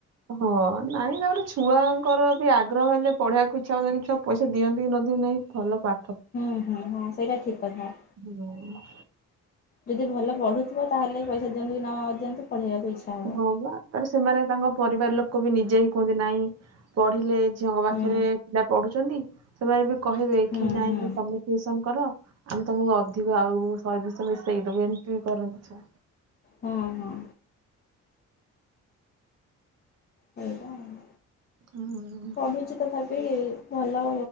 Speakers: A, on the right; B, on the left.
A: ହଁ ନାଇଁ ତାପର ଛୁଆଙ୍କର ବି ଆଗ୍ରହ ହେଲେ ପଢେଇବାକୁ ଇଚ୍ଛା ହଉ ପଇସା ଦିଅନ୍ତି କି ନଦିଅ ନାହିଁ ଭଲ ପାଠ
B: ହୁଁ ହୁଁ ହଁ ସେଇଟା ଠିକ୍ କଥା।
A: ହୁଁ।
B: ଯଦି ଭଲ ପଢ଼ୁଥିବ ତାହେଲେ ପଇସା ଦିଅନ୍ତୁ କି ନଦିଅନ୍ତୁ ପଢ଼େଇବାକୁ ଇଚ୍ଛା ହେବ।
A: ହଁ ବା ତାର ସେମାନେ ତାଙ୍କ ପରିବାର ଲୋକ ବି ନିଜେ ହି କୁହନ୍ତି ନହିଁ ପଢିଲେ ଝିଅଙ୍କ ପାଖରେ
B: ହୁଁ
A: ପିଲା ପଢୁଛନ୍ତି ସେମାନେ ବି କହିବେ
B: ହୁଁ
A: କି ନାଇଁ
B: ହୁଁ
A: ତମେ ଟସନ କର ଆମେ ତମକୁ ଅଧିକ ଆଉ ଶହେ ବିଶ ମିଶେଇଦବୁ ଏମିତି ବି କରନ୍ତି ଛୁଆ।
B: ହଁ ହଁ। ସେଇଟା ଆଉ।
A: ହଁ।
B: ପଢ଼ୁଛି ତଥାପି ଭଲ